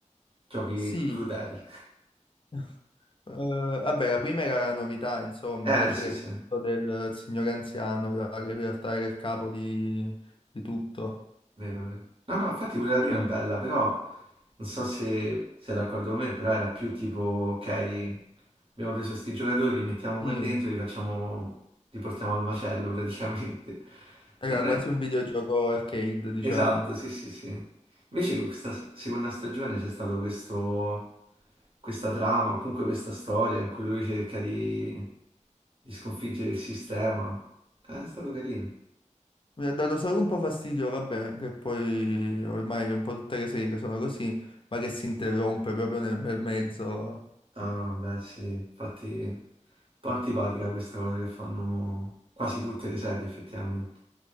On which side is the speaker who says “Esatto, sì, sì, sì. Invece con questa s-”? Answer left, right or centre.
Right